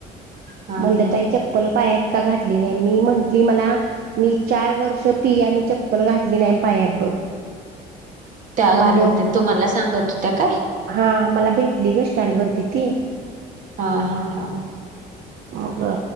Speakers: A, on the right; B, on the right.
A: हा
B: म्हंलताई
A: हा
B: चप्पल पायात. का घातली नाही मी म्हंटली मला मी चार वर्ष पिया मी चप्पल घाठली नाही पायात बघ.
A: त्या
B: म्हटल
A: घालत नाही तुम्हाला सांगत होत्या काय
B: हा मला भेट. ललीग स्टँड वरतीि ते.
A: हा हा हा.
B: म का.